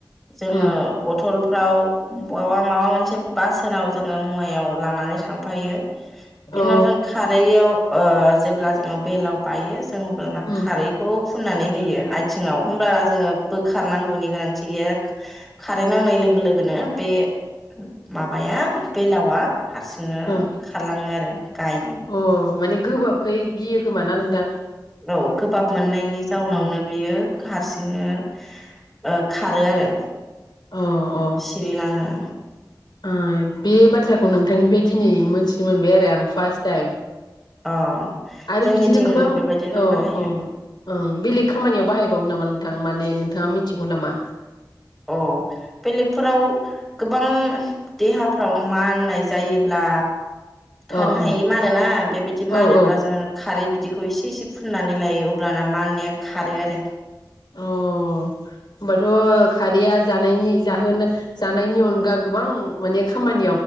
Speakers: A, in the centre; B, on the left.
A: जोङो
B: उम
A: बथल फ्राव बहाबा माबा मोनसे बासोनाव जोङो मुवायाव लानानै थां फायो बेनाव
B: अ
A: जों खारैयाव ओ जेब्ला जोङो बेलाव बायो जों अब्लाना
B: उम
A: खारैखौ फुननानै होयो आथिङाव होमबाना जोङो बोखारनांगौनि गोनांथि गैया खारै नांनाय लोगो लोगोनो बे माबाया बेलावा हारसि नो
B: उम
A: खारलाङो आरो गायो
B: अ माने गोबाबखाय गियो खोमाना नों
A: औ गोबाब मोननायनि जाउनावनो
B: उम
A: बियो हारसिंनो ओ खारो आरो
B: अ अ
A: सिरि लाङो
B: ओ बे बाथ्राखौ नोंथांनिफ्राय दिनै मोनथिनो मोनबाय आरो आं फार्स्ट टाइम
A: अ
B: आरो
A: जोंनिथिं
B: बिदिनो गोबां
A: बेबायदिनो
B: औ
A: बाहायो
B: औ ओं बेलेग खामानियाव बाहायबावो नामा नोंथां माने नोंथाङा मिनथिगौ नामा
A: अ बेलेगफोराव गोबां देहाफ्राव माननाय जायोब्ला थानो
B: अ
A: हायि
B: अ
A: मानोना बेबायदि
B: औ
A: मानोब्ला
B: औ
A: जोङो खारै बिदिखौ एसे एसे फुननानै लायो अब्लाना मा होननाया खारो आरो
B: अ होनबाथ' खारैया जानायनि जाहोन जानायनि अनगा गोबां माने खामानि